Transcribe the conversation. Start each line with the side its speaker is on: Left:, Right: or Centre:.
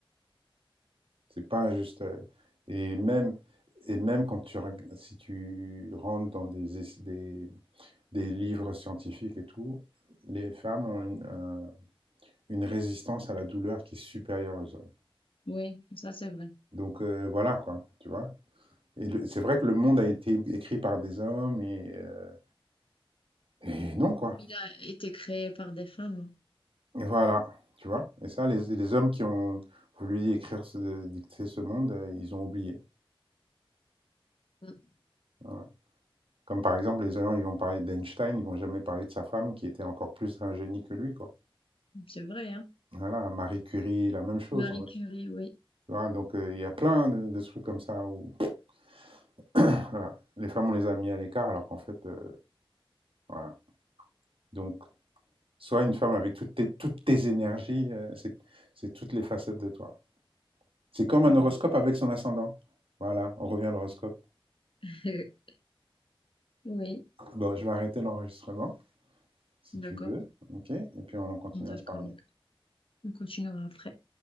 Right: C'est pas juste. euh, Et même, et même quand tu, si tu rentres dans des, des, des livres scientifiques et tout, les femmes ont une, un- une résistance à la douleur qui est supérieure aux hommes.
Left: Oui, ça c'est vrai.
Right: Donc euh, voilà quoi, tu vois. Et c'est vrai que le monde a été écrit par des hommes et, euh, et non quoi.
Left: Il a été créé par des femmes.
Right: Voilà, tu vois? Et ça, les, les hommes qui ont voulu écrire, ce- dicter ce monde, euh, ils ont oublié.
Left: Mm.
Right: Voilà. Comme par exemple, les gens, ils vont parler d'Einstein, ils vont jamais parler de sa femme qui était encore plus un génie que lui, quoi.
Left: C'est vrai, hein.
Right: Voilà, Marie Curie, la même chose,
Left: Marie
Right: en fait.
Left: Curie,
Right: Tu
Left: oui.
Right: vois, donc euh, il y a plein de, de trucs comme ça où <coughs> <clears throat> voilà, les femmes, on les a mis à l'écart alors qu'en fait, euh, voilà. Donc, sois une femme avec toutes tes, toutes tes énergies, euh, c'est, c'est toutes les facettes de toi. C'est comme un
Left: c'est
Right: horoscope
Left: vrai.
Right: avec son ascendant. Voilà, on revient à l'horoscope.
Left: <laughs> Oui,
Right: Bon, je vais arrêter l'enregistrement, si
Left: d'accord,
Right: tu veux, ok? Et puis on continue
Left: d'accord.
Right: à se parler.
Left: On continuera après.